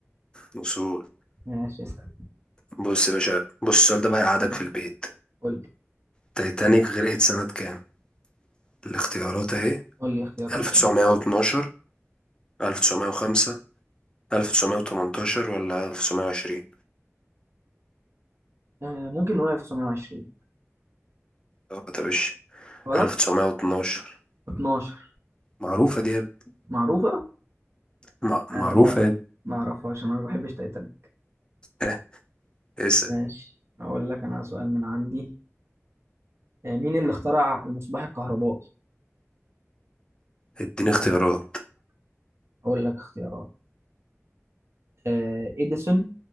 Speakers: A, on the left (about 20°); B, on the right (about 60°).
A: وصول
B: ماشي اسال
A: بص يا باشا بص السؤال ده بقى هيقعدك في البيت
B: قول لي
A: تايتانيك غرقت سنة كام الاختيارات أهي
B: قول لي اختيارات
A: 1912
B: يعني
A: 1905 1918 ولا 1920
B: آه ممكن نقول 1920
A: أه طب إيش
B: غلط
A: 1912
B: 12
A: معروفة دي يا ابني
B: معروفه
A: مع-
B: عارف
A: معروفة
B: انا
A: يا
B: ما اعرفهاش انا ما بحبش تايتانيك
A: ابني <laughs> اسأل
B: ماشي اقول لك انا سؤال من عندي آه مين اللي اخترع المصباح الكهربائي
A: اديني اختيارات
B: اقول لك اختيارات آه اديسون